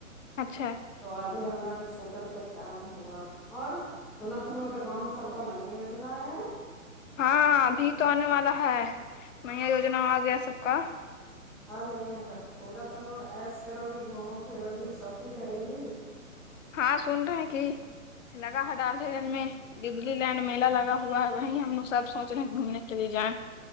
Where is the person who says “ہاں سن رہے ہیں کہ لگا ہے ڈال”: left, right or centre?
Left